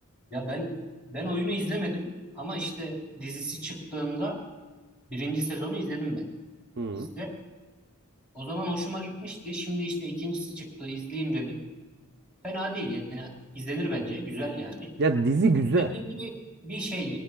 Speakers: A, in the centre; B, on the right.
A: Ya ben ben oyunu izlemedim ama işte dizisi çıktığında birinci sezonu izledim ben
B: Hı.
A: dizide. O zaman hoşuma gitmişti. Şimdi işte ikincisi çıktı, izleyeyim dedim. Fena değil yani izlenir bence, güzel yani.
B: Ya dizi güzel.
A: Dediğim gibi bir şey